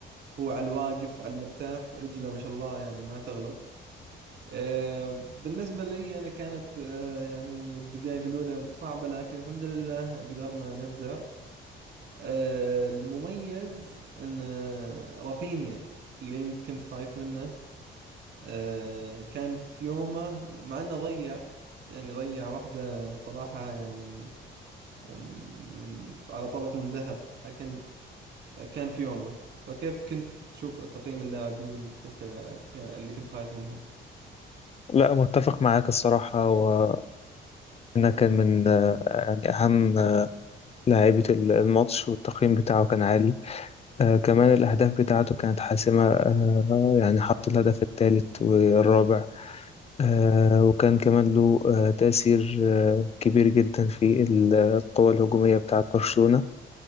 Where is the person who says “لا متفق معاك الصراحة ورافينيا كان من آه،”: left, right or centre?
Left